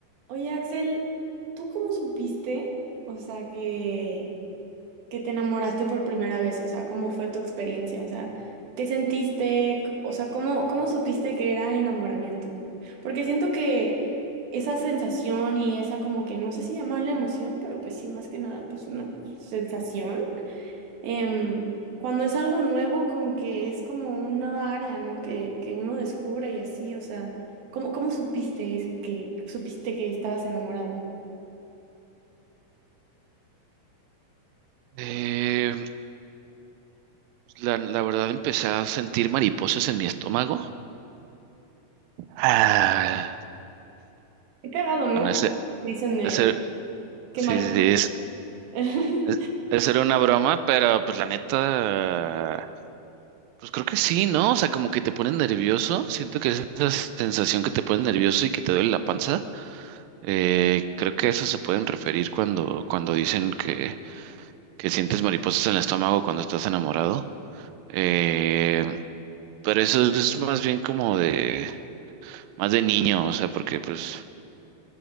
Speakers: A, on the right; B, on the right.
A: Oye, Axel, ¿tú cómo supiste, o sea, que, que te enamoraste por primera vez? O sea, ¿cómo fue tu experiencia? O sea, ¿qué sentiste? C- O sea, ¿cómo, cómo supiste que era enamoramiento? Porque siento que esa sensación y esa como que, no sé si llamarla emoción, pero pues sí, más que nada, pues una sensación. em, cuando es algo nuevo, como que es como una nueva área, ¿no? Que, que uno descubre y así, o sea, ¿cómo, cómo supiste es- que, supiste que estabas enamorado?
B: Eh, pues, la, la verdad empecé a sentir mariposas en mi estómago. Ah,
A: Qué cagado, ¿no?
B: bueno, ese,
A: Dicen de
B: ese,
A: qué
B: sí,
A: marido.
B: sí, sí, es,
A: <laughs>
B: es- esa era una broma, pero pues la neta, pues creo que sí, ¿no? O sea, como que te pone nervioso. Siento que es esa sensación que te pone nervioso y que te duele la panza. Eh, creo que a eso se pueden referir cuando, cuando dicen que, que sientes mariposas en el estómago cuando estás enamorado. Eh, pero eso es más bien como de más de niño, o sea, porque pues